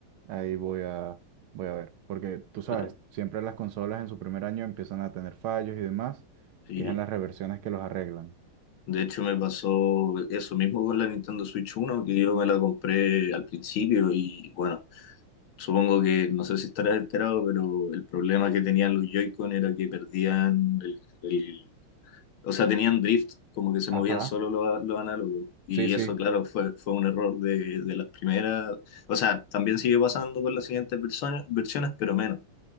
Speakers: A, on the right (about 75°); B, on the left (about 75°).
A: Ahí voy a, voy a ver, porque tú sabes,
B: claro.
A: siempre las consolas en su primer año empiezan a tener fallos y demás,
B: Sí.
A: y es en las reversiones que los arreglan.
B: De hecho, me pasó eso mismo con la Nintendo Switch uno que yo me la compré al principio y bueno, supongo que, no sé si estarás enterado, pero el problema que tenían los Joy-Con era que perdían el, el o sea, tenían drift, como que se
A: Ajá.
B: movían solo los, los análogos. Y
A: Sí, sí.
B: eso, claro, fue, fue un error de, de las primeras. O sea, también sigue pasando con las siguientes versiones, versiones pero menos.